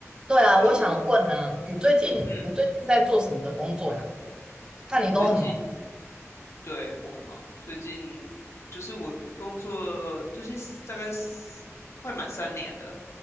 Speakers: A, on the right; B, on the left.
A: 对啊，
B: Hello，
A: 我想问呢、你最近你最近是在做什么的工作呀？
B: 嗯，
A: 看你都很忙，
B: 最近对我很忙，最近就是我工作最近大概是快满三年了，